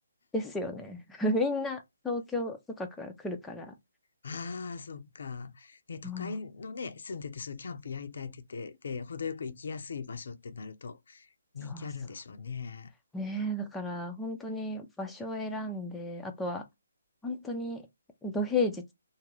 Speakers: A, in the centre; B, on the left.
A: ですよね。<laughs> みんな東京とかから来るから。
B: ああ、そっか。ね、都会のね、
A: ああ
B: 住んでて、そういうキャンプやりたいって言ってて、で、程よく行きやすい場所ってなると、
A: そうそう
B: 人気あるんでしょうね。
A: ねえ、だから本当に場所を選んで、あとは本当に土平日